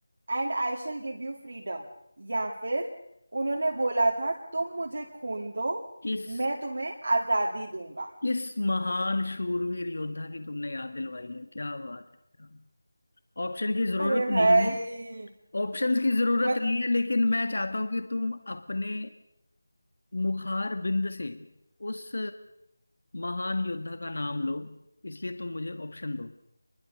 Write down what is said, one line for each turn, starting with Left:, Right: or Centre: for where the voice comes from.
Right: and I shall give you freedom या फिर उन्होंने बोला था तुम मुझे खून दो
Left: किस
Right: मैं तुम्हें आजादी दूंगा
Left: किस महान शूरवीर योद्धा की तुमने याद दिलवाई है क्या बात है ऑप्शन की जरूरत
Right: अरे
Left: नहीं
Right: भाई
Left: है ऑप्शंस की जरूरत
Right: मत
Left: नहीं है लेकिन मैं चाहता हूं कि तुम अपने मुखार बिंद से उस महान योद्धा का नाम लो इसलिए तुम मुझे ऑप्शन दो